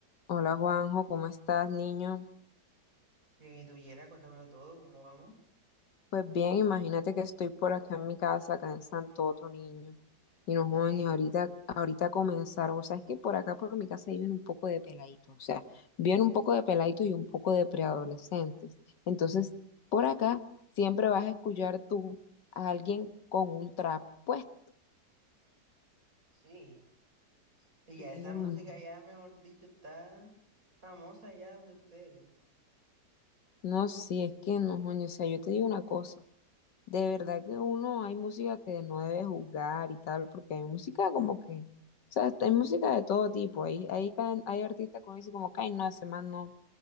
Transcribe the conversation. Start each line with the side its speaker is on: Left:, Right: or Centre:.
Left: Hola Juanjo, ¿cómo estás, niño?
Right: Bien, y tú, Yera, cuéntamelo todo, ¿cómo vamos?
Left: Pues bien, imagínate que estoy por acá en mi casa, acá en Santoto, niño. Y no jodas,
Right: Sí,
Left: ni ahorita, ahorita comenzaron, o sea, es que por acá por mi casa viven un poco de peladitos, o sea, viven un poco de peladitos y un poco de preadolescentes. Entonces, por acá siempre vas a escuchar tú a alguien con un trap puesto.
Right: sí. Y
Left: Sí,
Right: ya esa
Left: uno.
Right: música ya, mejor dicho, está famosa allá donde ustedes.
Left: No, sí, es que no, jodas, o sea, yo te digo una cosa. De verdad que uno hay música que no debe juzgar y tal, porque hay música como que, o sea, hay música de todo tipo. Hay, hay, can- hay artistas que uno dice como, ay, no, ese man no